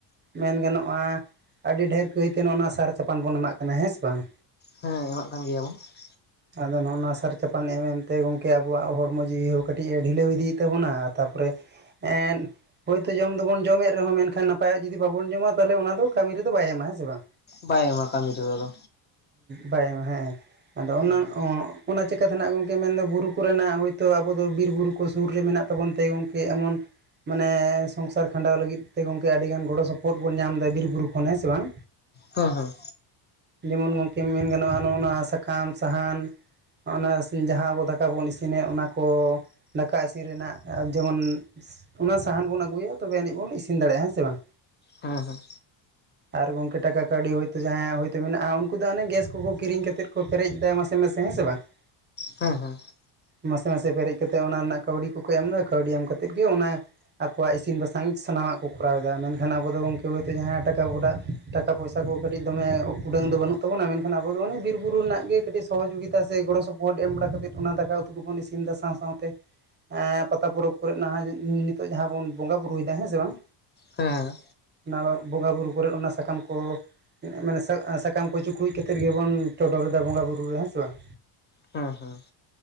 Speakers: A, on the right (about 20°); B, on the left (about 25°).
A: ᱢᱮᱱ ᱜᱟᱱᱚᱜᱼᱟ ᱟᱹᱰᱤ ᱰᱷᱮᱨ ᱠᱟᱹᱭ ᱛᱮ ᱱᱚᱜ-ᱚ ᱱᱟ ᱥᱟᱨ ᱪᱟᱯᱟᱱ ᱵᱚᱱ ᱮᱢᱟᱜ ᱠᱟᱱᱟ ᱦᱮᱸ ᱥᱮ ᱵᱟᱝ
B: ᱦᱮᱸ ᱮᱢᱟᱜ <unintelligible> <inaudible>
A: ᱟᱫᱚ ᱱᱚᱜ-ᱚ ᱱᱟ ᱥᱟᱨ ᱪᱟᱯᱟᱱ ᱮᱢ ᱮᱢᱛᱮ ᱜᱚᱢᱠᱮ ᱟᱵᱚᱣᱟᱜ ᱦᱚᱲᱢᱚ ᱡᱤᱣᱤ ᱦᱚᱸ ᱠᱟᱹᱴᱤᱡ ᱮ ᱰᱷᱤᱞᱟᱹᱣ ᱤᱫᱤᱭᱮᱫ ᱛᱟᱵᱚᱱᱟ ᱛᱟᱯᱚᱨᱮ ᱮᱫ ᱦᱳᱭᱛᱳ ᱡᱚᱢ ᱫᱚᱵᱚᱱ ᱡᱚᱢᱮᱫ ᱨᱮᱦᱚᱸ ᱢᱮᱱᱠᱷᱟᱱ ᱱᱟᱯᱟᱭᱟᱜ ᱡᱩᱫᱤ ᱵᱟᱵᱚᱱ ᱡᱚᱢᱟ ᱛᱟᱦᱞᱮ ᱚᱱᱟ ᱫᱚ ᱠᱟᱹᱢᱤ ᱨᱮᱫᱚ ᱵᱟᱭ ᱮᱢᱟ ᱦᱮᱸ ᱥᱮ ᱵᱟᱝ
B: ᱵᱟᱭ ᱮᱢᱟ ᱠᱟᱹᱢᱤ ᱨᱮᱫᱚ ᱟᱫᱚ
A: ᱵᱟᱭ ᱮᱢᱟ ᱦᱮᱸ ᱟᱫᱚ
B: ᱦᱮᱸ
A: ᱚᱱᱟ,
B: ᱦᱮᱸ
A: ᱚᱱᱟ ᱪᱮᱠᱟ <unintelligible> ᱠᱷᱮᱛ ᱱᱟᱜ ᱜᱚᱝᱠᱮ ᱢᱮᱱᱫᱚ ᱵᱩᱨᱩ ᱠᱚ ᱨᱮᱱᱟᱜ ᱦᱚᱳᱭᱛᱳ ᱟᱵᱚ ᱫᱚ ᱵᱤᱨᱵᱩᱨᱩ ᱠᱚ ᱥᱩᱨ ᱨᱮ ᱢᱮᱱᱟᱜ ᱛᱟᱵᱚᱱ ᱛᱮ ᱜᱚᱝᱠᱮ ᱮᱢᱚᱱ ᱢᱟᱱᱮ ᱥᱚᱝᱥᱟᱨ ᱠᱷᱟᱸᱰᱟᱣ ᱞᱟᱹᱜᱤᱫ ᱛᱮ ᱜᱚᱝᱠᱮ ᱟᱹᱰᱤ ᱜᱟᱱ ᱜᱚᱲᱚ ᱥᱚᱯᱚᱦᱚᱫ ᱵᱚᱱ ᱧᱟᱢ ᱮᱫᱟ ᱵᱤᱨᱵᱩᱨᱩ ᱠᱷᱚᱱ, ᱦᱮᱸ ᱥᱮ ᱵᱟᱝ?
B: ᱦᱩᱸ ᱦᱩᱸ
A: ᱡᱮᱢᱚᱱ ᱜᱚᱝᱠᱮ ᱢᱮᱱ ᱜᱟᱱᱚᱜᱼᱟ ᱱᱚᱜᱼᱚᱭ ᱱᱚᱣᱟ ᱥᱟᱠᱟᱢ, ᱥᱟᱦᱟᱱ ᱚᱱᱟ ᱡᱟᱦᱟᱸ ᱟᱵᱚ ᱫᱟᱠᱟ ᱵᱚᱱ ᱤᱥᱤᱱᱮᱫ ᱚᱱᱟ ᱠᱚ ᱫᱟᱠᱟ ᱤᱥᱤᱱ ᱨᱮᱱᱟᱜ ᱡᱮᱢᱚᱱ ᱚᱱᱟ ᱥᱟᱦᱟᱱ ᱵᱚᱱ ᱟᱹᱜᱩᱭᱟ ᱛᱚᱵᱮ ᱟᱹᱱᱤᱡ ᱵᱚᱱ ᱤᱥᱤᱱ ᱫᱟᱲᱮᱭᱟᱜᱼᱟ ᱦᱮᱸ ᱥᱮ ᱵᱟᱝ?
B: ᱦᱮᱸ ᱦᱮᱸ ᱦᱮᱸ
A: ᱟᱨ ᱜᱚᱝᱠᱮ ᱴᱟᱠᱟ ᱠᱟᱹᱣᱰᱤ ᱦᱛᱭᱛᱳ ᱡᱟᱦᱟᱸᱭᱟᱜ ᱦᱚᱭᱛᱳ ᱢᱮᱱᱟᱜᱼᱟ, ᱩᱱᱠᱩ ᱫᱚ ᱦᱟᱱᱮ ᱜᱮᱥ ᱠᱚᱠᱚ ᱠᱤᱨᱤᱧ ᱠᱟᱛᱮ, ᱠᱚ ᱯᱮᱨᱮᱡ ᱮᱫᱟ ᱢᱟᱥᱮ ᱢᱮᱥᱮ ᱦᱮᱸ ᱥᱮ ᱵᱟᱝ ᱾
B: ᱦᱮᱸ ᱦᱮᱸ ᱦᱮᱸ ᱦᱮᱸ
A: ᱢᱟᱥᱮ ᱢᱟᱥᱮ ᱯᱮᱨᱮᱡ ᱠᱟᱛᱮᱜ ᱚᱱᱟ ᱨᱮᱱᱟᱜ ᱠᱟᱹᱣᱰᱤ ᱠᱚᱠᱚ ᱮᱢᱫᱟ ᱠᱟᱹᱣᱰᱤ ᱮᱢ ᱠᱟᱛᱮ ᱜᱮ ᱚᱱᱟ ᱟᱠᱚᱣᱟᱜ ᱤᱥᱤᱱ ᱵᱟᱥᱟᱝ ᱥᱟᱱᱟᱢᱟᱜ ᱠᱚ ᱠᱚᱨᱟᱣ ᱮᱫᱟ ᱢᱮᱱᱠᱷᱟᱱ ᱟᱵᱚ ᱫᱚ ᱜᱚᱢᱠᱮ ᱦᱚᱭᱛᱳ ᱡᱟᱦᱟᱸ ᱴᱟᱠᱟ ᱵᱳᱰᱟᱜ ᱴᱟᱠᱟ ᱯᱚᱭᱥᱟᱹ ᱠᱚ ᱠᱟᱹᱴᱤᱡ ᱫᱚᱢᱮ ᱩᱰᱟᱹᱝ ᱫᱚ ᱵᱟᱹᱱᱩᱜ ᱛᱟᱵᱚᱱᱟ ᱾ ᱢᱮᱱᱠᱷᱟᱱ ᱟᱵᱚ ᱚᱱᱮ ᱵᱤᱨ ᱵᱩᱨᱩ ᱨᱮᱱᱟᱜ ᱜᱮ ᱠᱟᱹᱴᱤᱡ ᱥᱚᱦᱚᱡᱳᱜᱤᱛᱟ ᱥᱮ ᱜᱚᱲᱚ ᱥᱚᱯᱚᱦᱚᱫ <unintelligible> ᱮᱢ ᱵᱟᱲᱟ ᱠᱟᱛᱮᱫ ᱚᱱᱟ ᱫᱟᱠᱟ ᱩᱛᱩ ᱠᱚᱵᱚᱱ ᱤᱥᱤᱱᱫᱟ ᱥᱟᱶ ᱥᱟᱶᱛᱮ ᱮᱻ ᱯᱟᱛᱟ ᱯᱚᱨᱚᱵᱽ ᱠᱚᱨᱮ ᱱᱟᱦᱟᱜ ᱱᱤᱛᱚᱜ ᱡᱟᱦᱟᱸ ᱵᱚᱱ ᱵᱚᱸᱜᱟ ᱵᱩᱨᱩᱭᱫᱟ ᱦᱮᱸ ᱥᱮ ᱵᱟᱝ
B: ᱦᱮᱸ
A: ᱚᱱᱟ ᱵᱚᱸᱜᱟ ᱵᱩᱨᱩ ᱠᱚᱨᱮᱫ ᱚᱱᱟ ᱥᱟᱠᱟᱢ ᱠᱚ ᱢᱟᱱᱮ ᱥᱟᱠᱟᱢ ᱠᱚ ᱪᱩᱠᱲᱩᱡ ᱠᱟᱛᱮ ᱜᱮᱵᱚᱱ ᱪᱚᱰᱚᱨᱮᱫᱟ ᱵᱚᱸᱜᱟ ᱵᱩᱨᱩ ᱨᱮ, ᱦᱮᱸ ᱥᱮ ᱵᱟᱝ?
B: ᱦᱩᱸ ᱦᱩᱸ ᱾